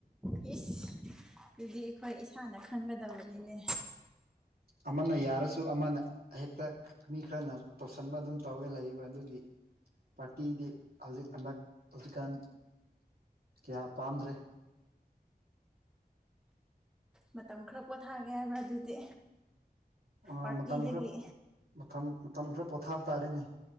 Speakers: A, in the centre; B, on the right (about 70°).
A: ꯏꯁ ꯑꯗꯨꯗꯤ ꯑꯩꯈꯣꯏ ꯏꯁꯥꯅ ꯈꯟꯒꯗꯕꯅꯤꯅꯦ
B: ꯑꯃꯅ ꯌꯥꯔꯁꯨ ꯑꯃꯅ ꯍꯦꯛꯇ ꯃꯤ ꯈꯔꯅ ꯇꯧꯁꯟꯕ ꯑꯗꯨꯝ ꯇꯧꯔꯒ ꯂꯩꯕ ꯑꯗꯨꯒꯤ ꯄꯥꯔꯇꯤꯗꯤ ꯍꯧꯖꯤꯛ ꯍꯟꯗꯛ ꯍꯧꯖꯤꯛꯀꯥꯟ ꯀꯌꯥ ꯄꯥꯝꯗ꯭ꯔꯦ
A: ꯃꯇꯝ ꯈꯔ ꯄꯣꯊꯥꯒꯦ ꯍꯥꯏꯕꯔ ꯑꯗꯨꯗꯤ
B: ꯑ
A: ꯄꯥꯔꯇꯤꯗꯒꯤ
B: ꯃꯇꯝ ꯈꯔ ꯃꯇꯝ ꯃꯇꯝ ꯈꯔ ꯄꯣꯊꯥꯕ ꯇꯥꯔꯦꯅꯦ